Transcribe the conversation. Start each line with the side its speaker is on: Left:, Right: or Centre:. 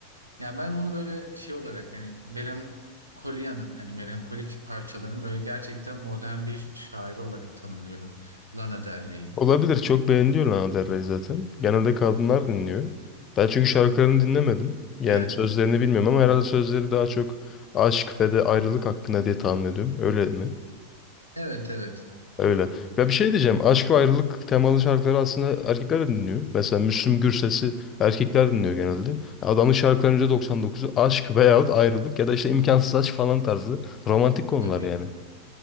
Right: Yani ben onu böyle şey olarak yani Melankolia'nın hani melankolik parçaların böyle gerçekten modern bir şairi olarak tanımlıyorum Lana Del Rey'i.
Left: Olabilir. Çok beğeniliyor Lana Del Rey zaten. Genelde kadınlar dinliyor. Ben çünkü şarkılarını dinlemedim. Yani
Right: Evet.
Left: sözlerini bilmiyorum ama herhalde sözleri daha çok aşk ve de ayrılık hakkında diye tahmin ediyorum. Öyle mi?
Right: Evet evet.
Left: Öyle. Ya bir şey diyeceğim. Aşk ve ayrılık temalı şarkıları aslında erkekler de dinliyor. Mesela Müslüm Gürses'i erkekler dinliyor genelde. Adamın şarkılarının %99'u aşk veyahut ayrılık ya da işte imkansız aşk falan tarzı romantik konular
Right: Tabii
Left: yani.